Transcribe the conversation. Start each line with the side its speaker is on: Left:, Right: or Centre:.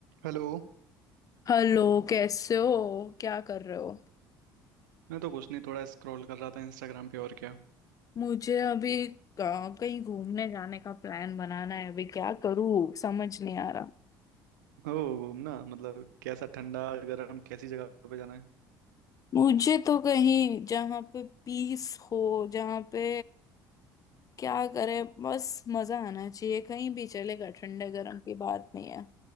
Right: Hello
Left: Hello कैसे हो क्या कर रहे हो
Right: मैं तो कुछ नहीं थोड़ा स्क्रॉल कर रहा था इंस्टाग्राम पे और क्या
Left: मुझे अभी अ, कहीं घूमने जाने का प्लान बनाना है अभी क्या करूं समझ नहीं आ रहा
Right: ओ घूमना मतलब कैसा ठंडा गर्म कैसी जगह पे जाना है
Left: मुझे तो कहीं जहाँ पे पीस हो जहाँ पे क्या करे बस मजा आना चाहिए कहीं भी चलेगा ठंडे गर्म की बात नहीं है